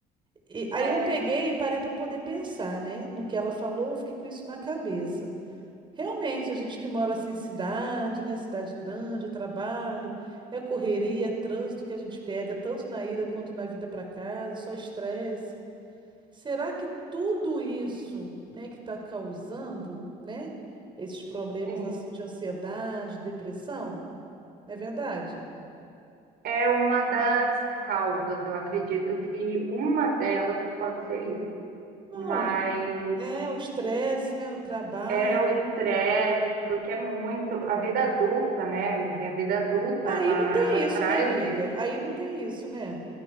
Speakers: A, on the right; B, on the right.
A: E aí
B: É,
A: eu peguei e parei para poder pensar, né, no que ela falou, eu fiquei com isso na cabeça. Realmente, a gente que mora assim em cidade, né, cidade grande, trabalho, é correria, é trânsito que a gente pega tanto na ida quanto na vida para casa, só estresse. Será que tudo isso, né, que está causando, né, esses problemas
B: sim.
A: assim de ansiedade, depressão, não é verdade?
B: É uma das causas. Eu acredito que uma delas pode ser isso.
A: Não,
B: Mas
A: é o estresse, né, o trabalho.
B: é o estresse, porque é muito. A vida adulta, né, amiga? A vida adulta,
A: Aí
B: ela,
A: não tem
B: ela traz
A: isso, né, amiga?
B: isso.
A: Aí não tem isso, né?